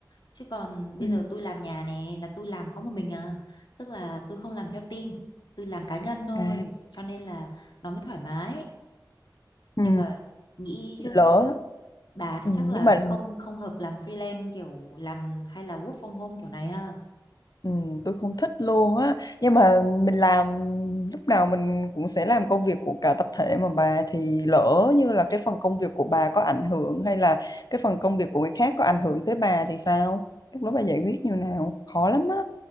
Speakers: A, on the left (about 75°); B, on the left (about 60°).
A: chứ còn bây
B: Ừ.
A: giờ tôi làm nhà này là tôi làm có một mình à tức là tôi không làm theo team tôi làm cá nhân thôi
B: à
A: cho nên là nó mới thoải mái
B: ừ.
A: nhưng mà nghĩ chứ
B: lỡ
A: bà thì
B: ừ.
A: chắc
B: nhưng
A: là
B: mà
A: không không hợp làm freelance kiểu làm hay là work from home kiểu này ha
B: ừ. tôi không thích luôn á nhưng mà mình làm lúc nào mình cũng sẽ làm công việc của cả tập thể mà bà thì lỡ như là cái phần công việc của bà có ảnh hưởng hay là cái phần công việc của người khác có ảnh hưởng tới bà thì sao lúc đó bà giải quyết như nào khó lắm á